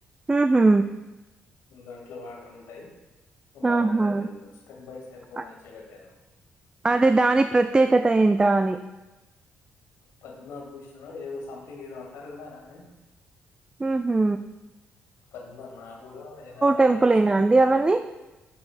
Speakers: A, on the right; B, on the left.
A: ఉహు
B: ము దాంట్ల వాటర్ ఉంటాయి. బాగుంటది
A: ఆహా!
B: స్టెప్ బై స్టెప్
A: అ
B: మంచిగా కట్టారు
A: అదే దాని ప్రత్యేకత ఏంట అని
B: పద్మభూషణ్ ఏదో సంథింగ్ ఏదో అంటారు, కదా దాన్నే
A: ఉహు
B: పద్మ నాగుడో ఏదా సథింగ్స్
A: టెంపులేనా అండి అవన్నీ?